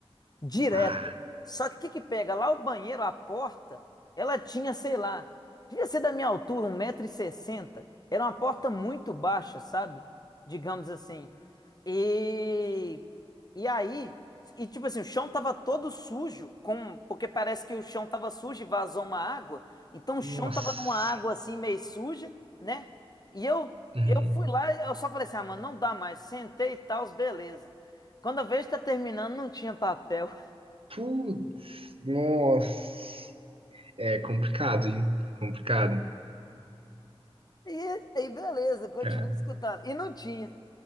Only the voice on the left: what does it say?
direto.
Só que o que que pega? Lá o banheiro, a porta, ela tinha, sei lá, devia ser da minha altura, um metro e sessenta, Era uma porta muito baixa, sabe? Digamos assim. E, e aí, e tipo assim, o chão tava todo sujo, com, porque parece que o chão tava sujo e vazou uma água. Então o
chão tava numa água assim meio suja, né? E eu
eu fui lá, eu só falei assim: "Ah, mano, não dá mais". Sentei e tal, beleza. Quando eu vejo que tá terminando, não tinha papel.
E aí, beleza, continuei
escutando. E não tinha.